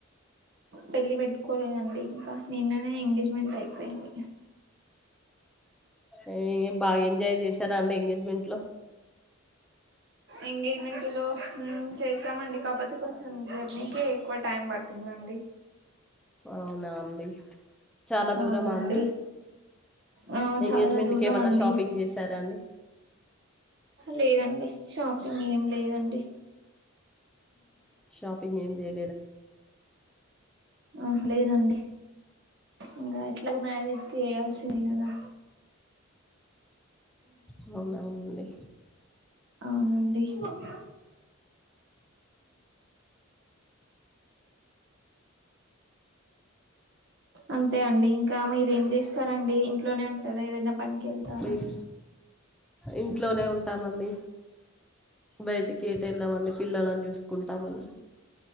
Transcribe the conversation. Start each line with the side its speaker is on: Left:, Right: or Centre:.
Right: పెళ్లి పెట్టుకోలేదండి ఇంకా నిన్ననే ఎంగేజ్మెంట్ అయిపోయింది
Centre: ఏ బాగా ఎంజాయ్ చేసి సారా అండి ఎంగేజ్మెంట్ లో
Right: ఎంగేజ్మెంట్ లో ఉమ్ చేశామండి కాకపోతే కొంచెం జర్నీకి ఎక్కువ టైం పట్టింది అండి
Centre: అవునా అండి చాలా దూరమా
Right: అవునండి
Centre: అండి
Right: ఆ
Centre: ఎంగేజ్మెంట్
Right: చాలా దూరం
Centre: కి ఏమన్నా
Right: అండి
Centre: షాపింగ్ చేశారా అండి
Right: లేదండి షాపింగ్ ఏం లేదండి
Centre: షాపింగ్ ఏం లేదు
Right: ఉహూ లేదండి ఇంగ ఎట్లాగో మ్యారేజ్ కి చేయాల్సిందే కదా
Centre: అవునా అండి
Right: ఆ అండి ఉమ్ అంతే అండి ఇంకా మీరేం చేస్తారండి ఇంట్లోనే ఉంటారా ఏదైనా పనికెళ్తారా
Centre: మేము ఇంట్లోనే ఉం టామండి బయటికి ఎటు వెళ్ళమండి పిల్లలని చూసుకుంటామండి